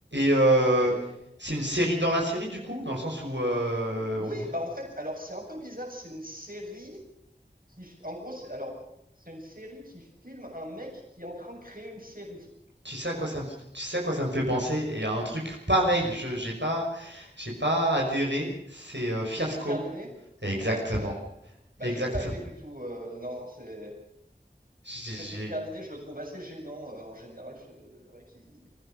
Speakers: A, on the right; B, on the right.
A: euh,
B: et
A: c'est une série dans la série du coup, dans le sens où euh,
B: oui,
A: on-
B: bah, en fait, alors, c'est un peu bizarre, c'est une série qui f en gros, c'est alors, c'est une série qui filme un mec qui est en train de créer une série, si
A: tu sais
B: tu préfères.
A: à quoi ça me, tu sais à quoi ça me fait penser et à un truc pareil. Je j'ai pas j'ai pas adhéré. C'est euh, Fiasco.
B: Truc de Pierre Niney?
A: Exactement.
B: Ouais, bah, bah,
A: Exactement.
B: j'ai pas aimé du tout, heu, non, c'est
A: J'ai- j'ai-
B: Après, c'est Pierre Ninet, je le trouve assez gênant euh, en général. Je, c'est vrai qu'il-